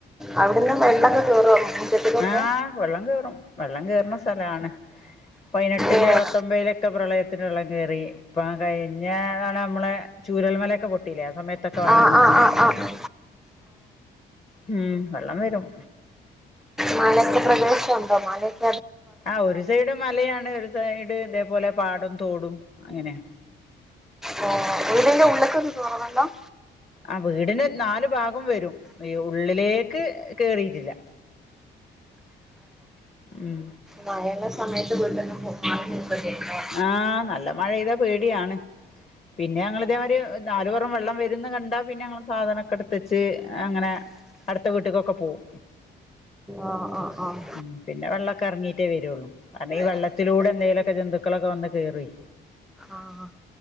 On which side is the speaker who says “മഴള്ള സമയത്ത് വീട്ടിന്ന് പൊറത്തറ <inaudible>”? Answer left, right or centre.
Centre